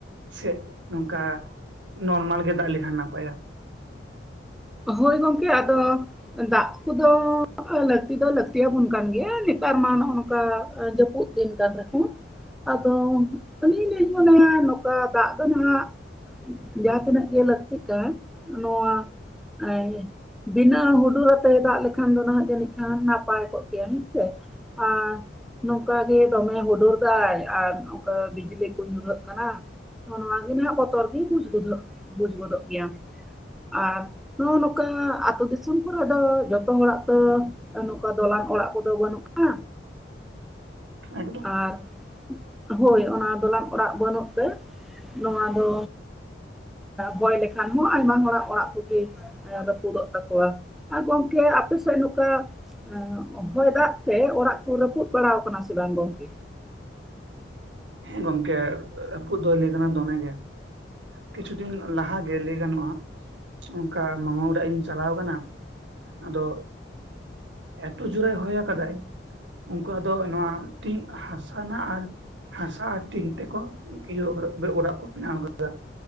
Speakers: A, on the right (about 80°); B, in the centre.
A: ᱥᱮᱫ ᱱᱚᱝᱠᱟ ᱱᱚᱨᱢᱟᱞ ᱜᱮ ᱫᱟᱜ ᱞᱮᱠᱷᱟᱱ ᱱᱟᱯᱟᱭᱟ
B: ᱦᱚᱭ ᱜᱚᱢᱠᱮ ᱟᱫᱚ ᱫᱟᱜ ᱠᱚ ᱫᱚ ᱞᱟᱹᱠᱛᱤ ᱫᱚ ᱞᱟᱹᱠᱛᱤ ᱟᱵᱚᱱ ᱠᱟᱱ ᱜᱮᱭᱟ ᱱᱮᱛᱟᱨ ᱢᱟ ᱱᱚᱜ ᱱᱚᱝᱠᱟ ᱡᱟᱹᱯᱩᱫ ᱫᱤᱱ ᱠᱟᱱ ᱨᱮᱦᱚᱸ ᱟᱫᱚ ᱩᱱᱤ ᱞᱤᱧ ᱢᱚᱱᱮᱭᱟ ᱱᱚᱝᱠᱟ ᱫᱟᱜ ᱫᱚ ᱱᱟᱦᱟᱜ ᱡᱟᱦᱟᱸ ᱛᱤᱱᱟᱹᱜ ᱜᱮ ᱞᱟᱹᱠᱛᱤᱜ ᱠᱟᱱ ᱱᱚᱣᱟ <unintelligible> ᱵᱤᱱᱟᱹ ᱦᱩᱰᱩᱨᱟᱛᱮ ᱫᱟᱜ ᱞᱮᱠᱷᱟᱱ ᱫᱚ ᱱᱟᱦᱟᱜ ᱡᱟᱹᱱᱤᱡ ᱠᱷᱟᱱ ᱱᱟᱯᱟᱭ ᱠᱚᱜ ᱠᱮᱭᱟ ᱦᱩᱸ ᱥᱮ <unintelligible> ᱱᱚᱝᱠᱟ ᱜᱮ ᱫᱚᱢᱮ ᱦᱩᱰᱩᱨ ᱫᱟᱭ ᱟᱨ ᱱᱚᱝᱠᱟ ᱵᱤᱡᱽᱞᱤ ᱠᱚ ᱧᱩᱨᱦᱟᱹᱜ ᱠᱟᱱᱟ ᱱᱚᱣᱟᱜᱮ ᱱᱟᱸᱦ ᱵᱚᱛᱚᱨ ᱜᱮ ᱵᱩᱡᱽ ᱜᱚᱫᱷᱚᱜ ᱵᱩᱡᱽ ᱜᱚᱫᱚᱜ ᱜᱮᱭᱟ ᱟᱨ ᱱᱚᱜᱼᱚᱭ ᱱᱚᱝᱠᱟ ᱟᱛᱩ ᱫᱤᱥᱚᱢ ᱠᱚᱨᱮ ᱫᱚ ᱡᱚᱛᱚ ᱦᱚᱲᱟᱜ ᱛᱚ ᱱᱚᱝᱠᱟ ᱫᱚᱞᱟᱱ ᱚᱲᱟᱜ ᱠᱚᱫᱚ ᱵᱟᱹᱱᱩᱜᱼᱟ
A: ᱮᱠᱫᱚᱢ
B: ᱟᱨ ᱦᱳᱭ ᱚᱱᱟ ᱫᱚᱞᱟᱱ ᱚᱲᱟᱜ ᱵᱟᱹᱱᱩᱜ ᱱᱚᱣᱟ ᱫᱚ ᱵᱚᱭ ᱞᱮᱠᱷᱟᱱ ᱦᱚᱸ ᱟᱭᱢᱟ ᱦᱚᱲᱟᱜ ᱚᱲᱟᱜ ᱠᱚᱜᱮ ᱨᱟᱹᱯᱩᱫᱚᱜ ᱛᱟᱠᱚᱣᱟ ᱟᱨ ᱜᱚᱝᱠᱮ ᱟᱯᱮ ᱥᱮᱫ ᱱᱚᱝᱠᱟ ᱮ ᱦᱚᱭ ᱫᱟᱜ ᱛᱮ ᱚᱲᱟᱜ ᱠᱚ ᱨᱟᱹᱯᱩᱫ ᱵᱟᱲᱟ ᱠᱟᱱᱟ ᱥᱮ ᱵᱟᱝ ᱜᱚᱝᱠᱮ?
A: ᱦᱮᱸ ᱜᱚᱝᱠᱮ ᱨᱟᱹᱯᱩᱫ ᱫᱚ ᱞᱟᱹᱭᱩᱜ ᱠᱟᱱᱟ ᱫᱚᱢᱮ ᱜᱮ ᱠᱤᱪᱷᱩ ᱫᱤᱱ ᱞᱟᱦᱟᱜᱮ ᱞᱟᱹᱭ ᱜᱟᱱᱚᱜᱼᱟ ᱚᱱᱠᱟ ᱢᱟᱢᱟ ᱚᱲᱟᱜ ᱤᱧ ᱪᱟᱞᱟᱣ ᱠᱟᱱᱟ ᱟᱫᱚ ᱮᱛ ᱡᱩᱨᱮ ᱦᱚᱭ ᱠᱟᱫᱟᱭ ᱩᱱᱠᱩᱣᱟᱜ ᱫᱚ ᱱᱚᱣᱟ ᱴᱤᱧ ᱦᱟᱸᱥ <unintelligible> ᱟᱨ ᱦᱟᱥᱟ ᱟᱨ ᱴᱤᱱ ᱛᱮᱠᱚ ᱤᱭᱟᱹ ᱠᱟᱫᱟ ᱚᱲᱟᱜ ᱠᱚ ᱵᱮᱱᱟᱣ ᱠᱟᱫᱟ